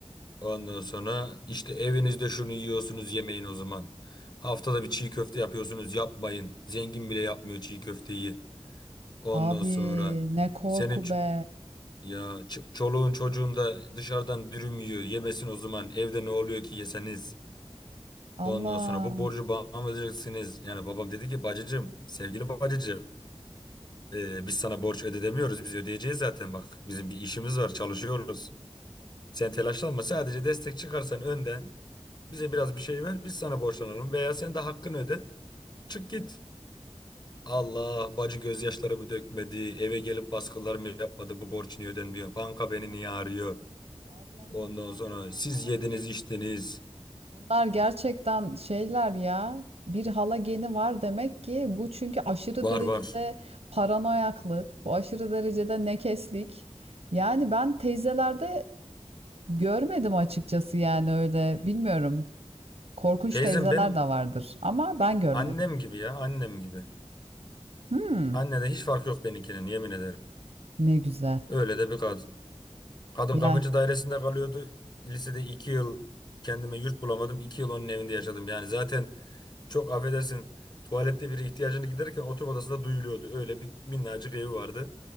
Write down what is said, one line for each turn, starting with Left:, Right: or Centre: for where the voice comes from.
Left: Ondan sonra işte evinizde şunu yiyorsunuz yemeyin o zaman. Haftada bir çiğ köfte yapıyorsunuz yapmayın. Zengin bile yapmıyor çiğ köfteyi. Ondan
Right: Abi
Left: sonra
Right: ne korku
Left: senin
Right: be.
Left: Ya ç- çoluğun çocuğun da dışarıdan dürüm yiyor. Yemesin o zaman. Evde ne oluyor ki yeseniz. Ondan
Right: Allah.
Left: sonra bu borcu bana mı ödeyeceksiniz? Yani babam dedi ki bacıcım, sevgili bacıcım. e, biz sana borç ödedemiyoruz. Biz ödeyeceğiz zaten bak. Bizim bir işimiz var, çalışıyoruz. Sen telaşlanma. Sadece destek çıkarsan önden bize biraz bir şey ver. Biz sana borçlanalım veya sen de hakkını öde. Çık git.
Right: Abi,
Left: Allah bacı gözyaşlarımı dökmedi. Eve gelip baskılar mı yapmadı? Bu borç niye ödenmiyor? Banka beni niye arıyor?
Right: Allah
Left: Ondan
Right: Allah
Left: sonra
Right: ya
Left: siz
Right: abi.
Left: yediniz içtiniz.
Right: Bunlar gerçekten şeyler ya. Bir hala geni var demek ki bu çünkü aşırı
Left: Var
Right: derecede
Left: var.
Right: paranoyaklık, bu aşırı derecede nekeslik. Yani ben teyzelerde görmedim açıkçası yani öyle bilmiyorum. Korkunç
Left: Teyzem
Right: teyzeler
Left: benim
Right: de vardır ama ben görmedim.
Left: annem gibi ya annem gibi.
Right: Hmm,
Left: Annede hiç fark yok benimkinin yemin ederim.
Right: ne güzel.
Left: Öyle de bir kadın. Kadın
Right: Ya,
Left: kapıcı dairesinde kalıyordu. Lisede iki yıl kendime yurt bulamadım. iki yıl onun evinde yaşadım. Yani zaten çok affedersin tuvalette biri ihtiyacını giderirken oturma odasında duyuluyordu. Öyle bir minnacık evi vardı.